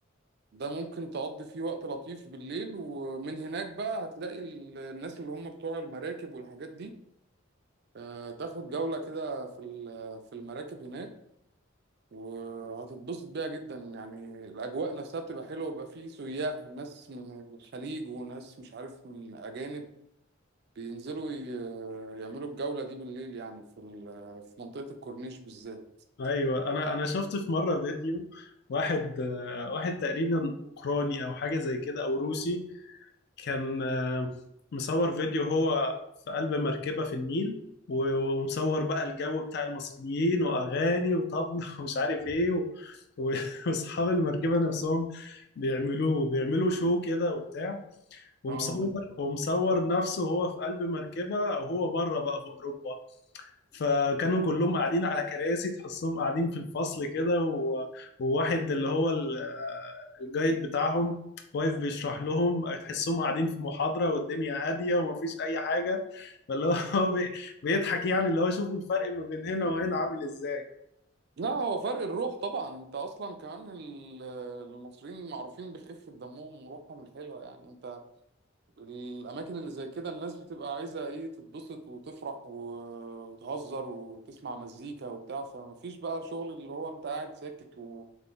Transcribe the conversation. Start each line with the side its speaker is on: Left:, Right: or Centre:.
Right: ده ممكن تقضي فيه وقت لطيف بالليل ومن هناك بقى هتلاقي ال- الناس اللي هم بتوع المراكب والحاجات دي آه، تاخد جولة كده في ال- في المراكب هناك وهتتبسط بيها جدا يعني الأجواء نفسها بتبقى حلوة ويبقى فيه سياح ناس من الخليج وناس مش عارف من أجانب بينزلوا ي- يعملوا الجولة دي بالليل يعني في ال- في منطقة الكورنيش بالذات
Left: ايوه انا انا شفت في مره فيديو واحد آه، واحد تقريبا اوكراني او حاجه زي كده او روسي كان آه، مصور فيديو هو في قلب مركبه في النيل و- ومصور بقى الجو بتاع المصريين واغاني وطبل <laughs> ومش عارف ايه و- و- واصحاب المركبه نفسهم بيعملوه بيعملوا شو كده وبتاع ومصور
Right: اه
Left: ومصور نفسه وهو في قلب مركبة وهو بره بقى في أوروبا فكانوا كلهم قاعدين على كراسي تحسهم قاعدين في الفصل كده و- وواحد اللي هو ال- الجايد بتاعهم واقف بيشرح لهم تحسهم قاعدين في محاضرة والدنيا هادية ومفيش أي حاجة فاللي هو <laughs> بي- بيضحك يعني اللي هو شوفوا الفرق ما بين هنا وهنا عامل إزاي
Right: لا هو فرق الروح طبعا انت اصلا كمان ال- المصريين معروفين بخفة دمهم وروحهم الحلوة يعني انت الاماكن اللي زي كده الناس بتبقى عايزة ايه تتبسط وتفرح و- وتهزر وتسمع مزيكا وبتاع فمفيش بقى شغل اللي هو انت قاعد ساكت و...